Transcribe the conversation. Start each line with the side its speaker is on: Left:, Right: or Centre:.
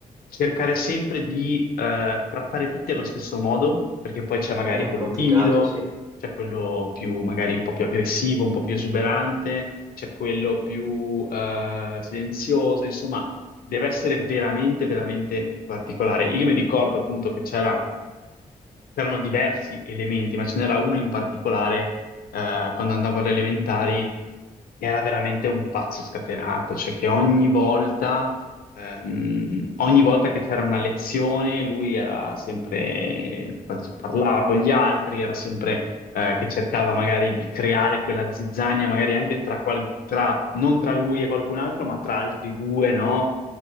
Left: cercare sempre di eh, trattare tutti allo stesso modo, perché poi c'è magari
Right: È
Left: quello
Right: complicato,
Left: timido,
Right: sì.
Left: c'è quello più magari un po' più aggressivo, un po' più esuberante, c'è quello più eh, silenzioso, insomma, deve essere veramente, veramente particolare. Io mi ricordo appunto che c'era c'erano diversi elementi, ma ce n'era uno in particolare, eh, quando andavo alle elementari, che era veramente un pazzo scatenato, cioè che ogni volta, ehm, ogni volta che c'era una lezione, lui era sempre, parlava con gli altri, era sempre, eh, che cercava magari di creare quella zizzania, magari anche tra, qual- tra- non tra lui e qualcun altro, ma tra altri due, no?